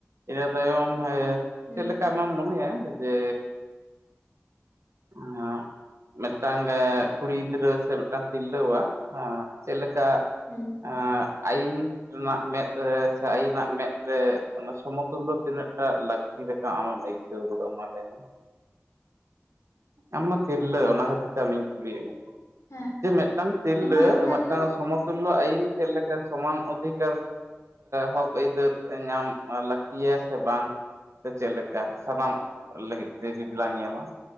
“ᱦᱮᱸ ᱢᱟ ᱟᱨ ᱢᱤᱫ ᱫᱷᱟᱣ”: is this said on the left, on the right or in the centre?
Left